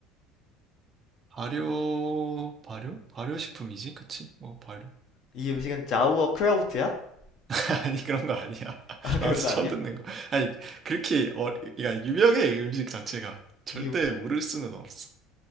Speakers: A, on the right; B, on the left.
A: 발효, 발효? 발효식품이지? 그치? 뭐, 발효.
B: 이 음식은 자우어 크라우트야? <laughs>
A: <laughs> 아니, 그런 거 아니야. <laughs>
B: 아, 그런
A: 나도 처음
B: 거 아니야?
A: 듣는 거. 아니, 그렇게, 어, 그러니까 유명해, 음식 자체가. 절대
B: 이
A: 모를 수는 없어.